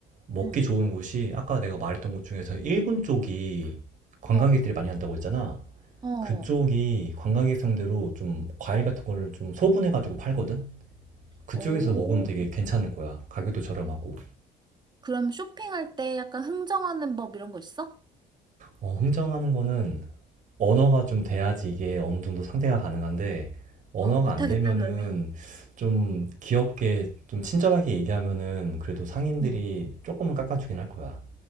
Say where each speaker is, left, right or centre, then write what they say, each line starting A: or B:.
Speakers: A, on the right; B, on the right.
A: 먹기
B: 응.
A: 좋은 곳이, 아까 내가 말했던 곳 중에서 일본 쪽이 관광객들이
B: 어.
A: 많이 간다고 했잖아.
B: 어.
A: 그쪽이 관광객 상대로 좀 과일 같은 거를 좀 소분해가지고 팔거든? 그쪽에서
B: 오.
A: 먹으면 되게 괜찮을 거야. 가격도 저렴하고.
B: 그럼 쇼핑할 때 약간 흥정하는 법 이런 거 있어?
A: 어, 흥정하는 거는 언어가 좀 돼야지 이게 어느 정도 상대가 가능한데 언어가
B: 어, 못하겠다,
A: 안 되면은
B: 그러면.
A: 좀 귀엽게 좀 친절하게 얘기하면은 그래도 상인들이
B: 응,
A: 조금은 깎아주긴 할 거야.